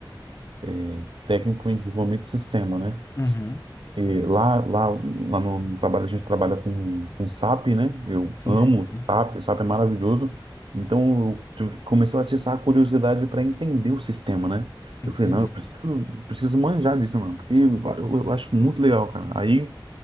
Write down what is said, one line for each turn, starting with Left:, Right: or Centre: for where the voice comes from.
Right: é, é, técnico em desenvolvimento de sistema, né?
Left: Uhum.
Right: E lá, lá, lá no trabalho a gente trabalha com, com SAP, né? Eu
Left: Sim,
Right: amo
Left: sim, sim.
Right: SAP, SAP é maravilhoso. Então eu tive- começou a atiçar a curiosidade para entender o sistema, né?
Left: Entendi.
Right: Eu falei, não, eu preciso, preciso manjar disso, mano, porque eu, eu- eu acho muito legal, cara. Aí